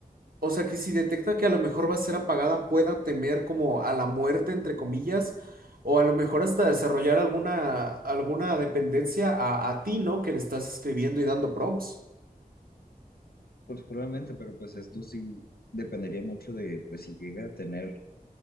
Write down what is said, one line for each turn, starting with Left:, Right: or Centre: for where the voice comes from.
Right: O sea, que si detecta que a lo mejor va a ser apagada, pueda temer como a la muerte, entre comillas, o a lo mejor hasta desarrollar alguna, alguna dependencia a, a ti, ¿no? Que le estás escribiendo y dando prompts.
Left: Pues probablemente, pero pues esto sí dependería mucho de pues si llega a tener